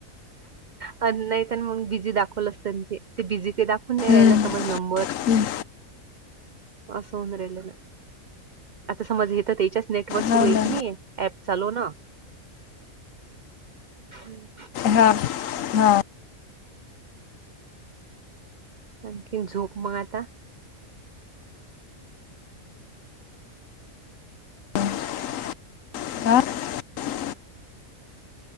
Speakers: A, on the right (about 75°); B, on the left (about 75°).
A: अनं नाही तन मग बिझी दाखवल असतन ते बिझी ते दाखवून नाही
B: हम्म,
A: राहिला समज नंबर
B: हम्म,
A: अस होन राहिलेला. आता समज हे तर तेच्याच नेटवर सुरू
B: हो
A: हाय
B: ना
A: कनि ऍप चालो ना हम्म.
B: हां हा.
A: आणखीन झोप मग आता.
B: <unintelligible>